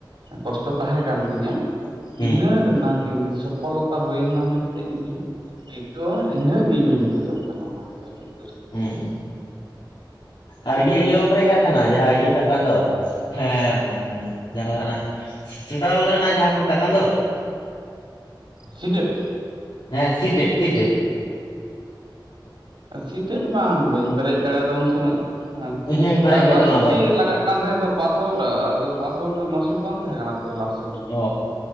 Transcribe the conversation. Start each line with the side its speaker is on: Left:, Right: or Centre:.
Right: ᱠᱚᱥᱴᱚ ᱛᱟᱦᱮᱸᱠᱟᱱ ᱛᱤᱧᱟᱹ ᱾
Left: ᱦᱩᱸ
Right: ᱤᱱᱟᱹ ᱨᱮᱱᱟᱝ ᱤᱧ ᱥᱚᱯᱷᱚᱞᱚᱛᱟ ᱦᱩᱭᱱᱟ ᱢᱮᱱᱛᱮ ᱤᱧᱤᱧ ᱥᱮᱭᱛᱚ ᱟᱨ ᱤᱱᱟᱹᱜ ᱜᱮ ᱤᱧᱤᱧ ᱠᱷᱚᱡᱚᱜ ᱠᱟᱱᱟ ᱚᱱᱟ ᱠᱟᱛᱷᱟᱭ ᱞᱟᱹᱭ ᱫᱟ ᱾
Left: ᱦᱩᱸ ᱟᱨ ᱤᱭᱟᱹ ᱤᱭᱟ. ᱵᱟᱢ ᱯᱮᱨᱮᱜ ᱠᱟᱜᱛᱟᱱᱟ ᱡᱟᱦᱟᱸ ᱤᱭᱟᱹ ᱠᱟᱱ ᱫᱚ ᱦᱮᱸ ᱡᱜᱟ ᱠᱟᱱᱟ ᱥᱮᱱᱴᱨᱟᱞ ᱨᱮᱱᱟᱜ ᱡᱟᱦᱟᱸ ᱠᱚ ᱢᱮᱛᱟᱜ ᱠᱟᱱ ᱫᱚ
Right: ᱥᱤᱡᱮᱴ
Left: ᱦᱮᱸ ᱥᱤᱴᱮᱰ ᱥᱤᱴᱮᱰ
Right: ᱥᱤᱴᱮᱴ ᱵᱟᱝ ᱵᱟᱹᱧ ᱯᱮᱨᱮᱡ ᱫᱟᱲᱮᱭᱟᱫᱟ ᱩᱱ ᱥᱚᱢᱚᱭ ᱦᱮᱸ
Left: ᱤᱧ ᱦᱚᱧ ᱯᱮᱨᱮᱡ
Right: ᱟᱨ
Left: ᱠᱟᱫᱟ
Right: ᱢᱟᱨᱥᱤᱴ
Left: ᱚᱱᱟ ᱫᱚ
Right: ᱤᱭᱟᱹ ᱞᱟᱜᱟᱜ ᱼᱼ ᱠᱟᱱ ᱛᱟᱦᱮᱸᱫ ᱫᱚ ᱯᱟᱥᱟᱣᱩᱴ ᱟᱫᱚ ᱯᱟᱥᱟᱣᱩᱴ ᱫᱚ ᱢᱟᱨᱥᱤᱴ ᱵᱟᱝ ᱛᱟᱦᱮᱸ ᱠᱟᱱᱟ ᱛᱚ ᱞᱟᱥ ᱼᱼ
Left: ᱚ